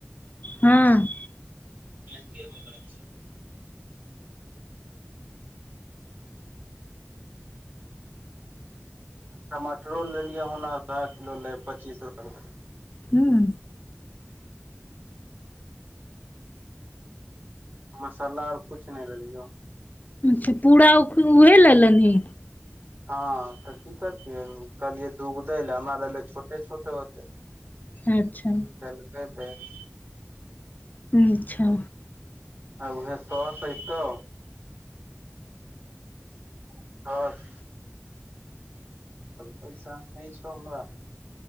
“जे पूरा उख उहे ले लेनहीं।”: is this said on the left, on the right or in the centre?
Left